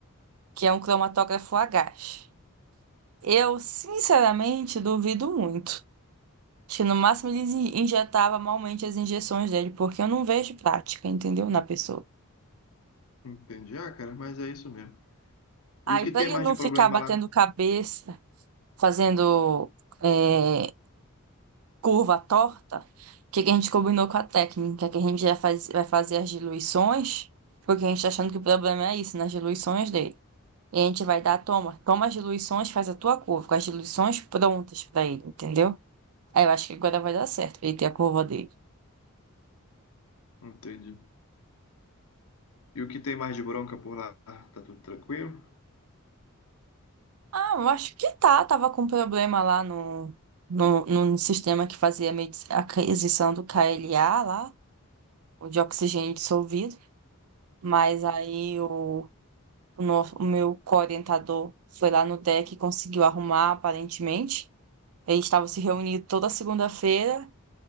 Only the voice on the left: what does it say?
Entendi, ah, cara, mas é isso mesmo.
E o que
tem
mais
de problema
lá?
Entendi. E o que tem mais de bronca por lá? Ah, Tá tudo tranquilo?